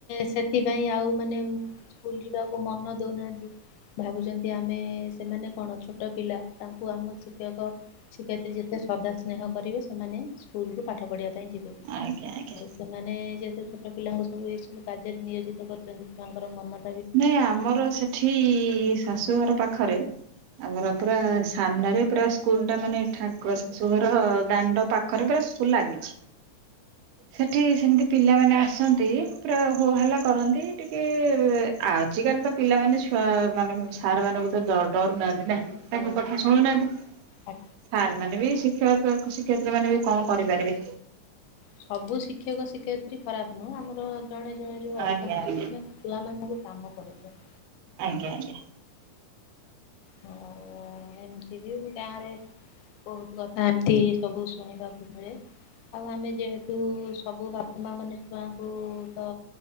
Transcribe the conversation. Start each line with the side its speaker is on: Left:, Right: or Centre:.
Left: ସେଥିପାଇଁ ଆଉ ମାନେ ସ୍କୁଲ ଯିବା କୁ ମନ ଦଉନାହାନ୍ତି, ଭାବୁଛନ୍ତି ଆମେ ସେମାନେ କଣ ଛୋଟ ପିଲା ତାଙ୍କୁ ଆମ ଶିକ୍ଷକ ଶିକ୍ଷୟତ୍ରୀ ଯେତେ ଶ୍ରଦା ସ୍ନେହ କରିବେ ସେମା ନେଇ ସ୍କୁଲ୍ କୁ ପାଠ ପଢିବା ପାଇଁ ଯିବେ
Right: ଆଜ୍ଞା ଆଜ୍ଞା।
Left: ଆଉ ସେମାନେ ଯେହେତୁ ଛୋଟ ପିଲାଙ୍କୁ ସବୁ ଏଇ ସବୁ କାର୍ଯ୍ୟରେ ନିୟୋଜିତ କରୁଛନ୍ତି, ତାଙ୍କର ମନ
Right: ନାଇଁ ଆମର ସେଠି ଶାଶୁଘର ପାଖରେ ଆମର
Left: ଥାଏ।
Right: ପୁରା ସାମ୍ନାରେ ପୁରା ସ୍କୁଲ ଟା ମାନେ ଠାକ ଶାଶୁ ଘର ଦାଣ୍ଡ ପାଖରେ ପୁରା ସ୍କୁଲ ଲାଗିଛି। ସେଠି ସେମିତି ପିଲାମାନେ ଆସନ୍ତି ପୁରା ହୋହାଲା କରନ୍ତି ଟିକେ ଆଜିକାଲି ତ ପିଲାମାନେ ଛୁଆ ମାନ ସାର୍ ମାନଙ୍କୁ ତ ଡ ଡରୁ ନାହାନ୍ତି ନା। ତାଙ୍କ
Left: ଆଉ
Right: କଥା ଶୁଣୁନାହାନ୍ତି,
Left: ଆ-
Right: ସାର ମାନେ ବି ଶିକ୍ଷକ ଶିକ୍ଷୟତ୍ରୀ ମାନେ ବି କଣ କରିପାରିବେ।
Left: ସବୁ ଶିକ୍ଷକ ଶିକ୍ଷୟିତ୍ରୀ ଖରାପ ନୁହଁ, ଆମର ଜଣେ ଜଣେ ଯୋଉ ଅଛନ୍ତି,
Right: ଆଜ୍ଞା ଆଜ୍ଞା
Left: ସେ ପିଲାମାନଙ୍କୁ କାମ କରୁଛନ୍ତି।
Right: ଆଜ୍ଞ, ଆଜ୍ଞା।
Left: ହୁଁ ଏମତି ବି ଗାଁ ରେ ବହୁତ କଥା ଏମତି ସବୁ ଶୁଣିିବା କୁ ମିଳେ ଆଉ ଆମେ ଯେହେତୁ ସବୁ ବାପା ମା ମାନେ ଛୁଆଙ୍କୁ ତ